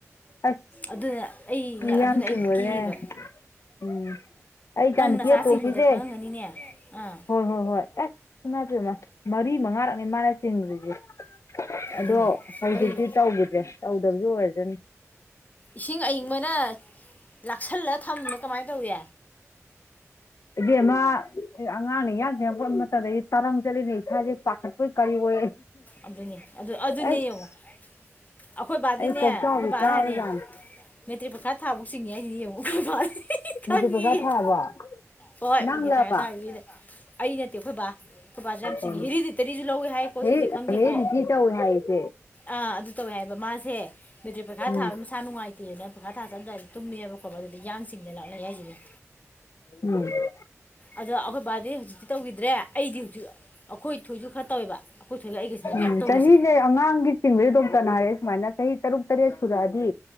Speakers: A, on the left (about 65°); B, on the left (about 30°).
A: ꯑꯁ
B: ꯑꯗꯨꯅ ꯑꯩꯅ ꯑꯗꯨꯅ
A: ꯌꯥꯝ
B: ꯑꯩ
A: ꯆꯤꯡꯕꯅꯦ
B: ꯀꯤꯕ
A: ꯎꯝ ꯑꯩ ꯏꯆꯥ ꯅꯨꯨꯄꯤ
B: ꯅꯆꯥ
A: ꯃꯇꯣꯝꯕꯤꯁꯦ
B: ꯆꯤꯡꯕꯗ ꯈꯪꯉꯝꯒꯅꯤꯅꯦ ꯑꯥ
A: ꯍꯣꯏ ꯍꯣꯏ ꯍꯣꯏ ꯑꯁ ꯏꯃꯩ ꯄꯦꯝꯃꯃꯔꯤ ꯃꯉꯥꯔꯛꯅꯤ ꯃꯥꯅ ꯆꯤꯡꯗ꯭ꯔꯤꯁꯦ ꯑꯗꯣ
B: ꯑꯗꯨꯅꯦ
A: ꯍꯧꯖꯤꯛꯇꯤ
B: ꯀꯔꯤ
A: ꯇꯧꯈꯤꯗ꯭ꯔꯦ ꯇꯧꯗꯕꯁꯨ ꯑꯣꯏꯔꯁꯨꯅꯣ
B: ꯏꯁꯤꯡ ꯑꯏꯤꯡꯕꯅ ꯂꯥꯛꯁꯜꯂ ꯊꯝꯕꯅꯣ ꯀꯃꯥꯏꯅ ꯇꯧꯋꯤ
A: ꯏꯕꯦꯝꯃ ꯑꯉꯥꯡꯅ ꯌꯥꯡ ꯆꯤꯡꯉꯥꯛꯄ ꯃꯇꯝꯗꯗꯤ ꯇꯥꯔꯪ ꯆꯠꯂꯤꯅꯦ ꯏꯁꯥꯁꯦ ꯄꯥꯈꯠꯄꯣꯢ ꯀꯔꯤ ꯑꯣꯏ
B: ꯑꯗꯨꯅꯦ ꯑꯗꯨ ꯑꯗꯨꯅꯦ
A: ꯑꯩꯁ
B: ꯌꯦꯡꯉꯣ ꯑꯩꯈꯣꯏ ꯕꯥꯗꯤꯅꯦ
A: ꯑꯩ ꯀꯣꯛꯆꯥꯎꯕꯤ
B: ꯑꯩꯈꯣꯏ ꯕꯥꯅ
A: ꯀꯥꯕꯖꯥꯠꯅꯤ
B: ꯍꯥꯏꯅꯤ ꯃꯦꯇ꯭ꯔꯤꯛ ꯄꯥꯈꯥ ꯊꯥꯕ ꯆꯤꯡꯉꯤ ꯍꯥꯏꯁꯤꯅꯤ ꯌꯦꯡꯉꯨ ꯃꯥ
A: ꯃꯦꯇ꯭ꯔꯤꯛ
B: ꯍꯪꯉꯤ
A: ꯄꯩꯈꯥ ꯊꯥꯔꯕꯣ
B: ꯍꯣꯏ
A: ꯅꯪꯂꯕ
B: <unintelligible> <unintelligible> <unintelligible> ꯑꯩ ꯅꯠꯇꯦ ꯈꯣꯏꯕꯥ ꯈꯣꯏꯕꯥꯁꯨ ꯌꯥꯝ ꯆꯤꯡꯉꯤ
A: ꯎꯝ
B: ꯍꯦꯔꯤꯗꯤ ꯇꯔꯤꯁꯨ ꯂꯧꯏ ꯍꯥꯏ ꯈꯣꯏ
A: ꯍꯦ
B: ꯁꯤꯁꯦ ꯈꯪꯗꯦꯀꯣ
A: ꯍꯦꯔꯤ ꯔꯤꯇꯤ ꯇꯧꯋꯦ ꯍꯥꯏꯌꯦꯁꯦ
B: ꯑꯥ ꯑꯗꯨ ꯇꯧꯋꯦ ꯍꯥꯏꯕ ꯃꯥꯁꯦ ꯃꯦꯇ꯭ꯔꯤꯛ ꯄꯔꯤꯈꯥ
A: ꯎꯝ
B: ꯊꯥꯕ ꯃꯁꯥ ꯅꯨꯡꯉꯥꯏꯇꯦꯅ ꯕꯥꯔꯈꯥ ꯆꯝꯗꯥꯏꯗ ꯇꯨꯝꯃꯦꯑꯦꯕ ꯒꯣ ꯑꯗꯨꯗꯤ ꯌꯥꯡ ꯆꯤꯡꯗꯅ ꯑꯩꯅ <unintelligible>
A: ꯎꯝ <inaudible>
B: ꯑꯗꯣ ꯑꯩꯈꯣꯏ ꯕꯥꯗꯤ ꯍꯧꯖꯤꯛꯇꯤ ꯇꯧꯈꯤꯗ꯭ꯔꯦ ꯑꯩꯗꯤ ꯍꯧꯖꯤꯛ ꯑꯩꯈꯣꯏ ꯊꯣꯏꯁꯨ ꯈ ꯇꯧꯋꯦꯕ ꯑꯩꯈꯣꯏ ꯊꯣꯏ ꯒꯁꯤꯅꯦꯕ
A: ꯎꯝ
B: ꯃꯌꯥꯝ ꯇꯧꯔꯤꯁꯦ
A: ꯆꯍꯤꯅꯦ ꯑꯉꯥꯡꯒꯤ ꯆꯤꯡꯕꯩ ꯗꯣꯛꯇꯅ ꯂꯥꯛꯑꯦ ꯁꯨꯃꯥꯏꯅ ꯆꯍꯤ ꯇꯔꯨꯛ ꯇꯔꯦꯠ ꯁꯨꯔꯛꯑꯗꯤ